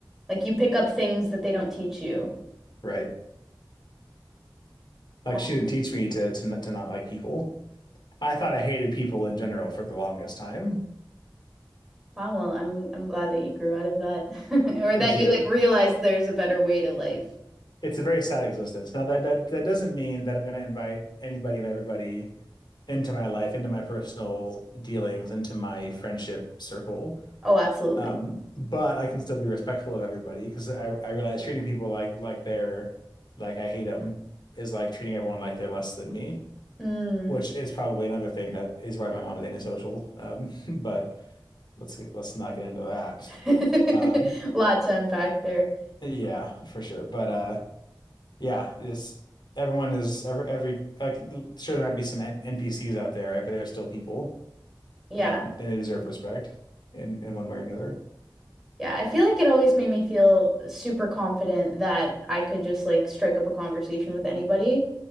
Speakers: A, in the centre; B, on the left (about 65°).
A: Like you pick up things that they don't teach you.
B: right? Like
A: Uh,
B: she didn't teach me to to not, to not like people. I thought I hated people in general for the longest time.
A: Wow, well, I'm I'm glad that you grew out of that <laughs> or that
B: Me too.
A: you like realized there's a better way to life.
B: It's a very sad existence. Now that that, that doesn't mean that I'm going to invite anybody and everybody into my life, into my personal dealings, into my friendship circle.
A: Oh, absolutely.
B: Um, but I can still be respectful of everybody because I, I realize treating people like like they're like I hate them is like treating everyone like they're less than me,
A: Mm.
B: which is probably another thing that is why my mom is antisocial. Um, <laughs> but let's get, let's not get into that.
A: <laughs>
B: Um,
A: Lots to unpack there.
B: yeah, for sure. But uh, yeah, is everyone is every every like sure there might be some N NPCs out there, right? But they're still people,
A: Yeah.
B: um, and they deserve respect in in one way or another.
A: Yeah, I feel like it always made me feel super confident that I could just like strike up a conversation with anybody.